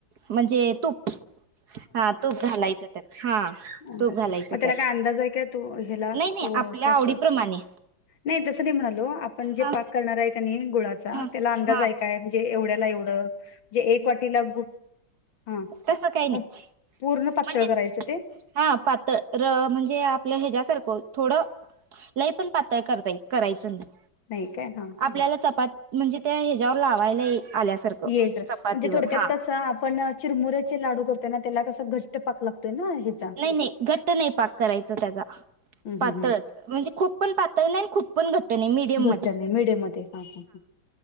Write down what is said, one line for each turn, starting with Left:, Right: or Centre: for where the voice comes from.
Right: म्हणजे तूप हा तूप घालायचं त्यात हा
Left: अहं.
Right: तूप घालायचं
Left: मग त्याला
Right: त्यात.
Left: काय अंदाज आहे काय तू ह्याला अ,
Right: नाही नाही आपल्या
Left: काय
Right: आवडीप्रमाणे.
Left: प- नाही तस नाही म्हणालो आपण जे
Right: हा
Left: पाक करणार आहे कनी गुळाचा
Right: हा
Left: त्याला अंदाज
Right: हा
Left: हाय काय? एवढ्याला एवढं जे एक वाटीला हा
Right: तस काही नाही
Left: मग पूर्ण पातळ
Right: म्हणजे
Left: करायचं ते
Right: हा पातळ र म्हणजे आपलं ह्याच्यासारखं थोडं लय पण पातळ करता करायचं नाही
Left: नाही काय हा
Right: आपल्याला
Left: हा
Right: चपात म्हणजे त्या ह्याच्या्यावर लावायला आल्यासारखं
Left: येेत म्हणजे
Right: चपातीवर
Left: थोडक्यात
Right: हा
Left: कसं आपण चिरमुऱ्याचे लाडू करतोय ना त्याला कसं घट्ट पाक लागतय ना. ह्याचा
Right: नाही नाही घट्ट नाही पाक करायच त्याचा
Left: हम्म
Right: पातळच.
Left: हम्म हम्म
Right: म्हणजे खूप पण पातळ नाही खूप पण घट्ट नाही मीडियम
Left: घट्ट
Right: मध्ये
Left: नाय मिडेयम मध्ये हा हा हा